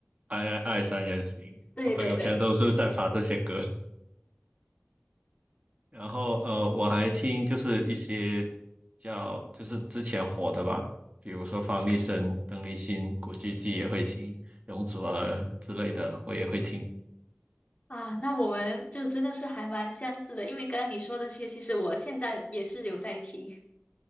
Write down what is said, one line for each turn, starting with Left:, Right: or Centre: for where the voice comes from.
Right: 《爱爱爱三人行》，
Left: 对对对。
Right: 朋友圈都是在发这些歌。然后呃，我还听就是一些叫就是之前火的吧，比如说方力申、邓丽欣、古巨基也会听，容祖儿之类的我也会听。
Left: 啊，那我们就真的是还蛮相似的，因为刚刚你说的这些，其实我现在也是有在听。<laughs>